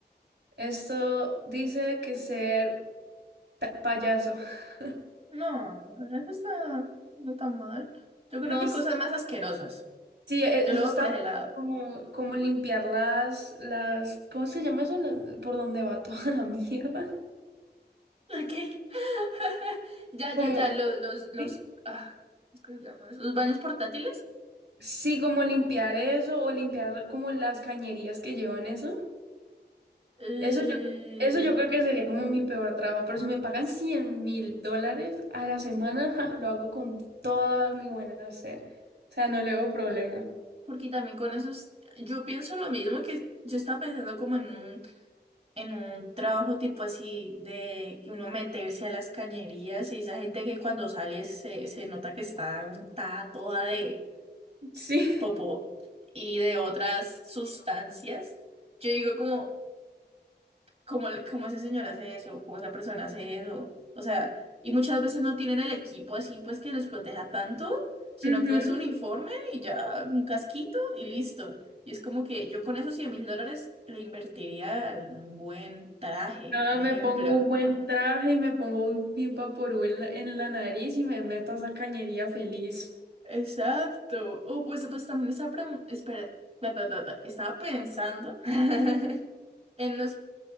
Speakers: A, on the right; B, on the right.
A: Esto dice que ser ta- payaso. <laughs>
B: No, eso está no tan mal. Yo creo
A: No,
B: que hay
A: s-
B: cosas más asquerosas.
A: sí, e-
B: Yo
A: eso
B: lo veo
A: está
B: por ese lado.
A: como, como limpiar las, las, ¿cómo se llama eso? Las- por donde va <laughs> toda la mierda.
B: ¿Por qué? <laughs> Ya,
A: Como,
B: ya, ya, los, los, los,
A: ¿sí?
B: ah, ¿cómo se llama eso? Los baños portátiles.
A: Sí, como limpiar eso o limpiar como las cañerías que llevan eso.
B: Eh,
A: Eso yo, eso yo creo que sería como mi peor trabajo, pero si me pagan cien mil dólares a la semana, <laughs> ja, lo hago con toda mi buena hacer. O sea, no le veo problema.
B: porque también con esos, yo pienso lo mismo que yo estaba pensando como en un, en un trabajo tipo así de que uno meterse a las cañerías y esa gente que cuando sale se, se nota que está untada toda de,
A: Sí.
B: popó y de otras sustancias, yo digo como, como, como ese señor hace eso, como esa persona hace eso, o sea, y muchas veces no tienen el equipo así pues que los proteja tanto, sino
A: <laughs> Ujú.
B: que es un uniforme y ya un casquito y listo. Y es como que yo con esos cien mil dólares le invertiría en un buen traje,
A: No,
B: ejemplo.
A: me pongo un buen traje y me pongo un Big Vaporub en la, en la nariz y me meto a esa cañería feliz.
B: Exacto. Oh, pues, pues también estaba, pregun- espera, bla, bla, bla, bla. estaba pensando <laughs> en los